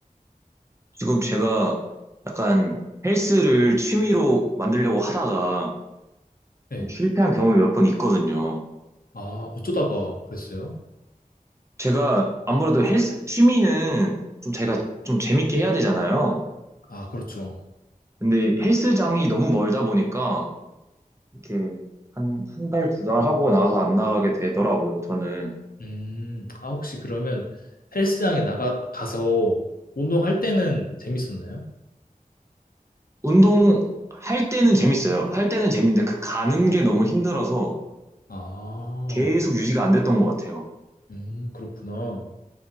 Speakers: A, on the right; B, on the left.
A: 지금 제가 약간 헬스를 취미로 만들려고 하다가
B: 네.
A: 좀 실패한 경험이 몇 번 있거든요.
B: 아, 어쩌다가 그랬어요?
A: 제가 아무래도 헬스, 취미는 좀 제가 좀 재밌게 해야 되잖아요.
B: 아, 그렇죠.
A: 근데 헬스장이 너무 멀다 보니까 이렇게 한, 한 달, 두 달 하고 나와서 안 나가게 되더라고요, 저는.
B: 음, 아, 혹시 그러면 헬스장에 나가, 가서 운동할 때는 재밌었나요?
A: 운동 할 때는 재밌어요. 할 때는 재밌는데 그 가는 게 너무 힘들어서
B: 아,
A: 계속 유지가 안 됐던 것 같아요.
B: 음, 그렇구나.